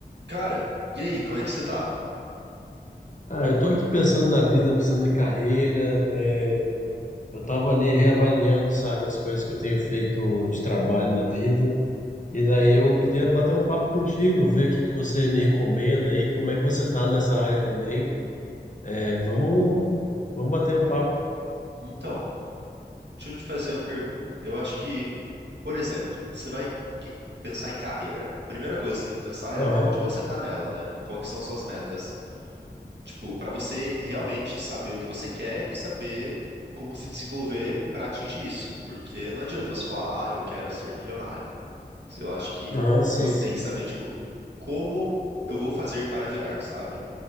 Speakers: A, on the right; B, on the left.
A: Cara, e aí, como é que você tá?
B: Ah, eu tô aqui pensando na vida, pensando em carreira. é, eu tava ali reavaliando, sabe, as coisas que eu tenho feito de trabalho na vida. E daí eu queria bater um papo contigo, ver o que que você me recomenda aí, como é que você tá nessa área também. É, vamos, vamos bater um papo.
A: Então, deixa eu te fazer uma pergunta. Eu acho que, por exemplo, você vai que- pensar em carreira. A primeira coisa que você tem que pensar é
B: Aham,
A: onde você tá nela, né? O- Qual que são suas metas? Tipo, pra você realmente saber o que você quer e saber como se desenvolver pra atingir isso. Porque não adianta você falar, ah, eu quero ser milionário. Eu acho que
B: aham, sim,
A: você
B: sim.
A: tem que saber, tipo, como eu vou fazer para virar, sabe?